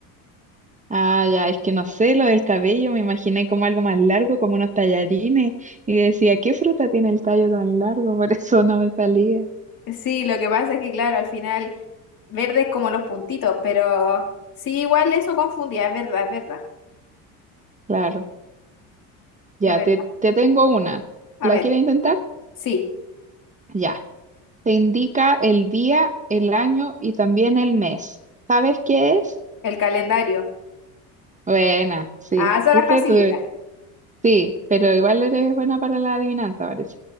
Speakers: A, on the right (about 15°); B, on the left (about 50°).
A: Ah, ya, es que no sé, lo del cabello, me imaginé como algo más largo, como unos tallarines, y decía, ¿qué fruta tiene el tallo tan largo? <laughs> Por eso no me salía.
B: Sí, lo que pasa es que, claro, al final verde es como los puntitos, pero sí, igual eso confundía, es verdad, es verdad,
A: Claro, ya,
B: es verdad.
A: te, te tengo una.
B: A
A: ¿La
B: ver,
A: quieres intentar?
B: sí,
A: Ya, te indica el día, el año y también el mes. ¿Sabes qué es?
B: el calendario.
A: Buena, sí,
B: Ah, esa
A: ¿viste?
B: la facilita.
A: Tú- sí, pero igual eres buena para la adivinanza, parece.